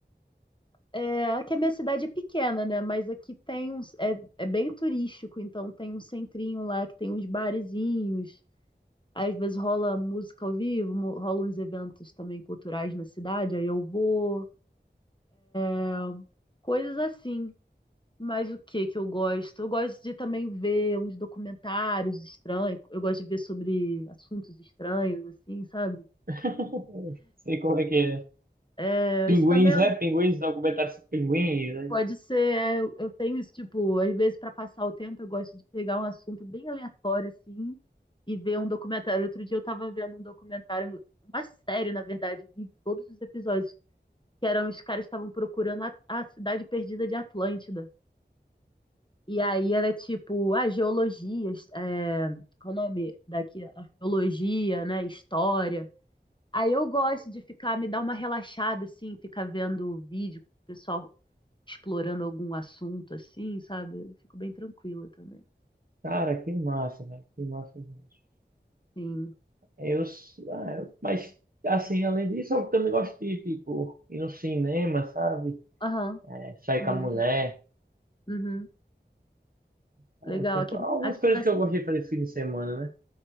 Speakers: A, on the left; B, on the right.
A: é, aqui a minha cidade é pequena, né? Mas aqui tem uns, é, é bem turístico, então tem um centrinho lá que tem uns barezinhos. Às vezes rola música ao vivo, mo- rola uns eventos também culturais na cidade, aí eu vou, ah, coisas assim. Mas o que que eu gosto? Eu gosto de também ver uns documentários estranhos, eu gosto de ver sobre assuntos estranhos, assim, sabe?
B: <laughs> Sei como é que é.
A: É,
B: Pinguins,
A: isso também
B: né? Pinguins, documentário sobre pinguins. né?
A: pode ser, é, eu eu tenho isso, tipo, às vezes para passar o tempo eu gosto de pegar um assunto bem aleatório, assim, e ver um documentário. Outro dia eu tava vendo um documentário, uma série, na verdade, eu vi todos os episódios que eram os caras que estavam procurando a, a cidade perdida de Atlântida. E aí era tipo, a geologia, é, qual é o nome daqui? Arqueologia, né? História. Aí eu gosto de ficar, me dar uma relaxada, assim, ficar vendo vídeo, pessoal explorando algum assunto, assim, sabe? Eu fico bem tranquila também.
B: Cara, que massa, velho. Que massa mesmo.
A: Sim.
B: Eu, s- ah, eu- mas, assim, além disso, eu também gosto de, tipo, ir no cinema, sabe?
A: Aham.
B: É, sair
A: Sim,
B: com a
A: é
B: mulher.
A: legal. Uhum.
B: Então,
A: Legal.
B: assim,
A: Aqui,
B: algumas
A: aqui
B: coisas
A: na cidade.
B: que eu gosto de fazer fim de semana, né?